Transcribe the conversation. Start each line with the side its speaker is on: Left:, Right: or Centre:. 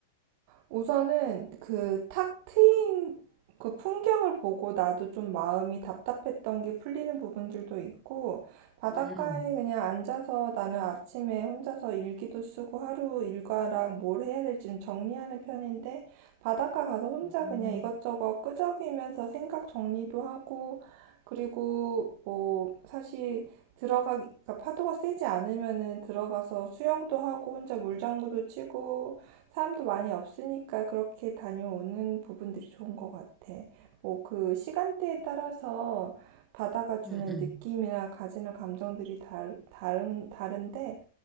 Right: 우선은 그 탁 트인 그 풍경을 보고 나도 좀 마음이 답답했던 게 풀리는 부분들도 있고 바닷가에
Centre: 음,
Right: 그냥 앉아서 나는 아침에 혼자서 일기도 쓰고 하루 일과랑 뭘 해야 될지 좀 정리하는 편인데 바닷가 가서 혼자
Centre: 음,
Right: 그냥 이것저것 끄적이면서 생각 정리도 하고 그리고 뭐 사실 들어가 그러니까 파도가 세지 않으면은 들어가서 수영도 하고 혼자 물장구도 치고 사람도 많이 없으니까 그렇게 다녀오는 부분들이 좋은 것 같아. 뭐 그 시간대에 따라서 바다가 주는
Centre: 음, 음.
Right: 느낌이나 가지는 감정들이 다, 다른, 다른데,